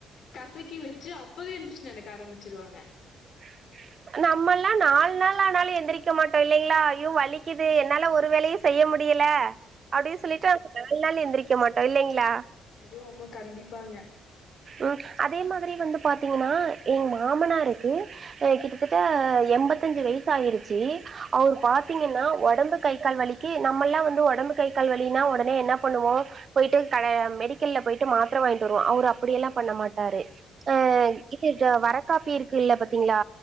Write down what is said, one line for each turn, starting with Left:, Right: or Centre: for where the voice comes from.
Left: கசக்கி வெச்சு அப்பவே எந்துருச்சு நடக்க ஆரம்பிச்சிருவாங்க
Right: <unintelligible> நம்மள்ளா நால் நாள் ஆனாலு எந்திரிக்க மாட்டோ இல்லைங்ளா ஐயோ வலிக்கிது என்னால ஒரு வேலயு செய்ய முடியல அப்டி சொல்லிட்டு ரெண்டு நாள் எந்திரிக்க மாட்டோ இல்லைங்ளா
Left: ஐயோ அமா கண்டிப்பாங்க
Right: ம் அதே மாதிரி வந்து பாத்தீங்கன்னா எங் மாமனாருக்கு அ கிட்டத்தட்ட எண்பத்தஞ்சு வயசு ஆயிருச்சு அவரு பாத்தீங்கன்னா ஒடம்பு கை கால் வலிக் கி நம்மல்லா வந்து ஒடம்பு கை கால் வலின்னா ஒடனே என்ன பண்ணுவோ போய்ட்டு கட மெடிக்கெல்ல போய்ட்டு மாத்ர வாய்ங்ட்டு வருவோ அவுரு அப் அப்டியெல்லா பண்ண மாட்டாரு ஆ இது வர காப்பி இருக்கு இல்ல பத்திங்ளா